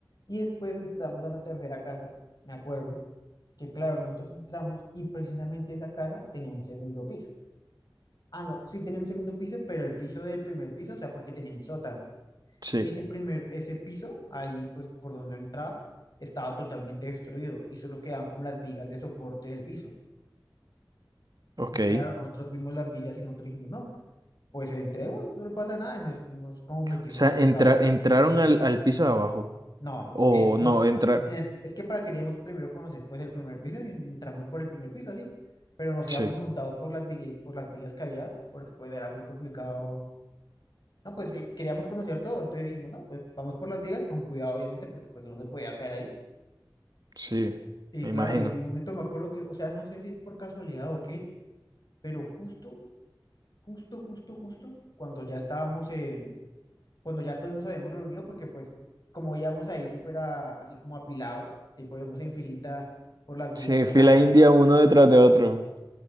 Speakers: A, on the left; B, on the right.
A: Y después entramos a la tercera casa, me acuerdo, que claro, nosotros entramos y precisamente esa casa tenía un segundo piso. Ah, no, sí tenía un segundo piso, pero el piso del primer piso, o sea, porque tenía un sótano.
B: <laughs> sí,
A: Ese primer, ese piso, ahí pues por donde uno entraba, estaba totalmente destruido y solo quedaban como las vigas de soporte del piso.
B: ok.
A: Y claro, nosotros vimos las vigas y nosotros dijimos, no, pues entremos, no pasa nada. Y nos fuimos como metiendo
B: O sea,
A: por
B: entra-
A: las
B: entraron al, al piso de abajo,
A: No,
B: o
A: eh, no,
B: no, entrar.
A: eh, es que para queríamos primero conocer pues el primer piso y entramos por el primer piso así, pero nos
B: Sí,
A: íbamos montados por las vigas, por las vigas que había, porque pues era muy complicado. No, pues eh, queríamos conocer todo, entonces dijimos, no, pues vamos por las vigas con cuidado obviamente porque pues uno se podía caer ahí.
B: sí,
A: Y
B: me
A: claro,
B: imagino.
A: y en un Bueno. momento me acuerdo que, o sea, no sé si es por casualidad o qué, pero justo, justo, justo, justo, cuando ya estábamos en cuando ya todos nos habíamos reunido, porque pues como íbamos ahí súper a- así como apilados, tipo íbamos en filita por las
B: Sí,
A: vigas para,
B: fila india
A: para-
B: uno detrás de otro,